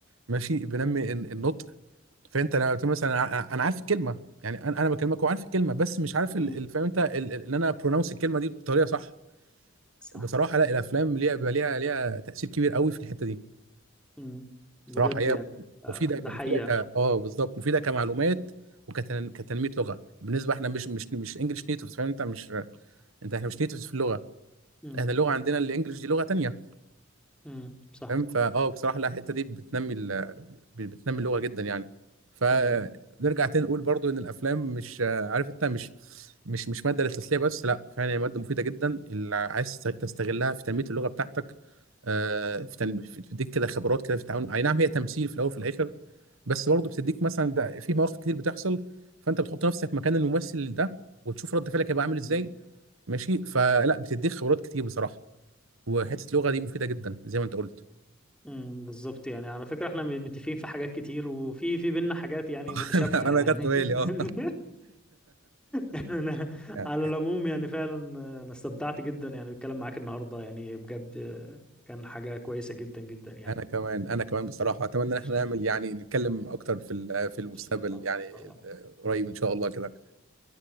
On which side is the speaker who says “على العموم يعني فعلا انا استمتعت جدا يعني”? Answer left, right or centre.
Centre